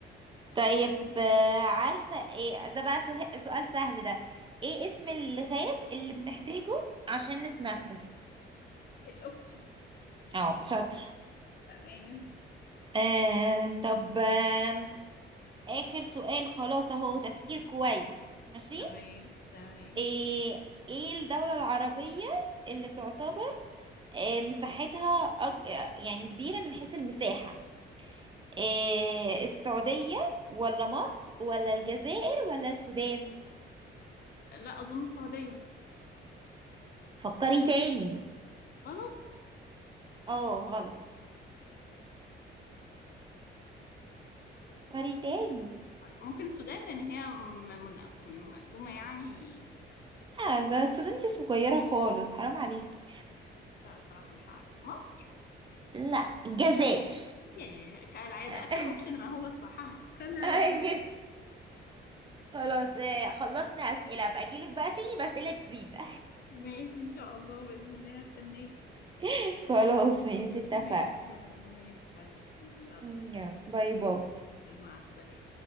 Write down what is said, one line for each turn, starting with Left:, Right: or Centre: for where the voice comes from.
Right: طيب آه، عارفة ايه ده بقى سه- سؤال سهل ده ايه اسم الغاز اللي بنحتاجه عشان نتنفس
Left: الاوكسجين
Right: اه شاطر
Left: تمام
Right: آه طب آه آخر سؤال خلاص اهو تفكير كويس ماشي
Left: تمام تمام
Right: ايه ايه الدولة العربية اللي تعتبر آه مساحتها أج... يعني كبيرة من حيث المساحة آه السعودية ولا مصر ولا الجزائر ولا السودان
Left: لا أظن السعودية
Right: فكري تاني
Left: غلط
Right: اه غلط فري تاني
Left: ممكن السودان لأن هي م- من- مقسومة يعني
Right: لا ده استودنتي صغيرة خالص حرام عليكي
Left: لا الصراحة مش عارفة مصر
Right: لا الجزائر
Left: ياه كالعادة
Right: <laughs>
Left: آخر أوبشن ما هو الصح <laughs> كالعادة
Right: ايوه خلاص آه، خلصنا أسئلة بقى أجيلك بقى تاني بأسئلة جديدة
Left: ماشي إن شاء الله بإذن الله هستناكي
Right: <laughs> خلاص ماشي اتفقنا
Left: ماشي يا رنا ماشي حبيبتي يلا
Right: يلا باي باي
Left: باي مع السلامة